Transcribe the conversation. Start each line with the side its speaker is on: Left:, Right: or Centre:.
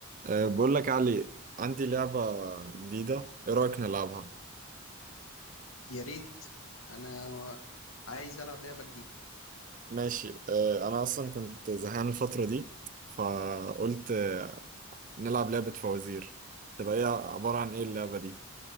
Right: أه بقول لك يا علي عندي لعبة جديدة ايه رأيك نلعبها
Left: يا ريت انا عايز العب لعبه جديده
Right: ماشي أه انا اصلا كنت زهقان الفترة دي فقلت آه، نلعب لعبة فوازير تبقى هي عبارة عن ايه اللعبة دي